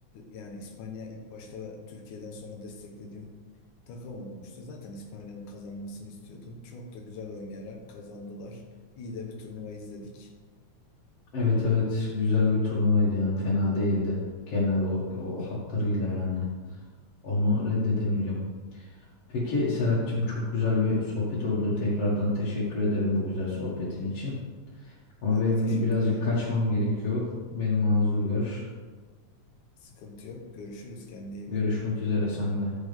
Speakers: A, on the left; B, on the left.
A: Yani İspanya ilk başta Türkiye'den sonra desteklediğim takım olmuştu. Zaten İspanya'nın kazanmasını istiyordum. Çok da güzel oynayarak kazandılar. İyi de bir turnuva izledik.
B: Evet evet güzel bir turnuvaydı yani fena değildi. Genel o, o hatlarıyla yani. Onu reddedemeyeceğim. Peki Serhat'cığım çok güzel bir sohbet oldu. Tekrardan teşekkür ederim bu güzel sohbetin için. Ama
A: Ben
B: benim
A: de teşekkür
B: birazcık
A: ederim.
B: kaçmam gerekiyor. Beni mazur gör.
A: Sıkıntı yok. Görüşürüz. Kendine iyi
B: Görüşmek
A: bak.
B: üzere sende.